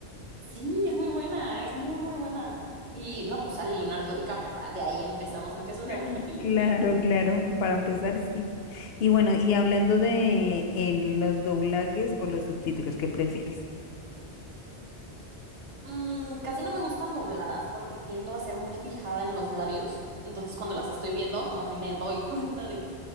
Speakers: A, on the right; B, on the left.
A: Sí, es muy buena, es muy, muy buena. Y no, pues sale Leonardo DiCaprio, para de ahí empezamos en que es una
B: <laughs>
A: buena <laughs> película.
B: Claro, claro, para empezar, sí. Y bueno, y hablando de eh, los doblajes o los subtítulos, ¿qué prefieres?
A: Mm, casi no me gustan dobladas porque tiendo a ser muy fijada en los labios. Entonces cuando las estoy viendo, como que me doy cuenta de